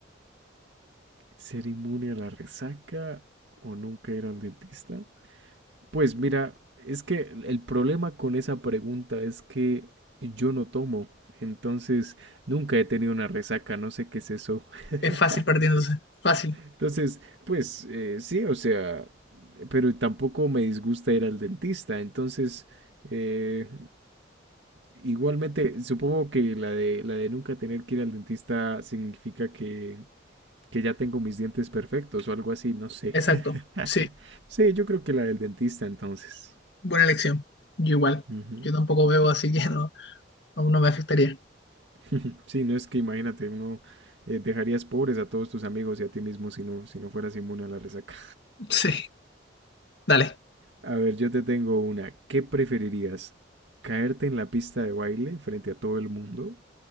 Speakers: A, on the right (about 65°); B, on the left (about 60°).
A: ¿Ser inmune a la resaca o nunca ir al dentista? Pues mira, es que el el problema con esa pregunta es que yo no tomo, entonces nunca he tenido una resaca, no sé qué es eso. <laughs>
B: Es fácil partiéndose. Fácil.
A: Entonces, pues eh, sí, o sea, pero tampoco me disgusta ir al dentista. Entonces, eh, igualmente, supongo que la de, la de nunca tener que ir al dentista significa que, que ya tengo mis dientes perfectos o algo así, no sé.
B: Exacto.
A: <laughs>
B: Sí,
A: Sí, yo creo que la del dentista entonces.
B: buena elección. Yo igual.
A: Ujú.
B: Yo tampoco veo, así que no, no, no me afectaría.
A: <laughs> Sí, no es que imagínate, uno eh, dejarías pobres a todos tus amigos y a ti mismo si no, si no fueras inmune a la resaca.
B: Sí, dale.
A: A ver, yo te tengo una. ¿Qué preferirías? ¿Caerte en la pista de baile frente a todo el mundo?